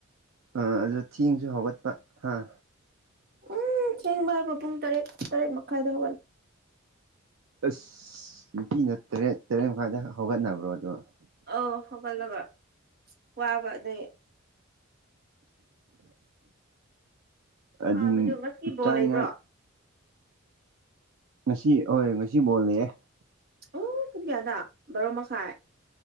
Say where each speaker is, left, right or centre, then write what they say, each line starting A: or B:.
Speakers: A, on the right; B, on the right.
A: ꯑꯥ ꯑꯗꯨ ꯊꯦꯡꯁꯨ ꯍꯧꯒꯠꯄ ꯑꯥ
B: ꯎꯝ ꯊꯦꯡꯕ ꯍꯥꯏꯕ ꯄꯨꯡ ꯇꯔꯦꯠ ꯇꯔꯦꯠ ꯃꯈꯥꯏꯗ ꯍꯧꯒꯠꯂꯦ
A: ꯑꯁ ꯅꯨꯄꯤꯅ ꯇꯔꯦꯠ ꯇꯔꯦꯠ ꯃꯈꯥꯏꯗ ꯍꯧꯒꯠꯅꯕ꯭ꯔꯣ ꯑꯗꯣ
B: ꯑꯥꯎ ꯍꯧꯒꯠꯂꯒ ꯋꯥꯕ ꯑꯗꯨꯒꯤ ꯋꯥꯕꯗꯣ
A: ꯑꯗꯨꯝ
B: ꯉꯁꯤ ꯕꯣꯜ
A: ꯆꯥꯅꯤꯡꯉꯥꯏ
B: ꯂꯩꯕ꯭ꯔꯣ
A: ꯉꯁꯤ ꯑꯣꯏ ꯉꯁꯤ ꯐꯨꯠ ꯕꯣꯜ ꯂꯩ
B: ꯑꯣ ꯄꯨꯡ ꯀꯌꯥꯗ ꯕꯥꯔꯣ ꯃꯈꯥꯏ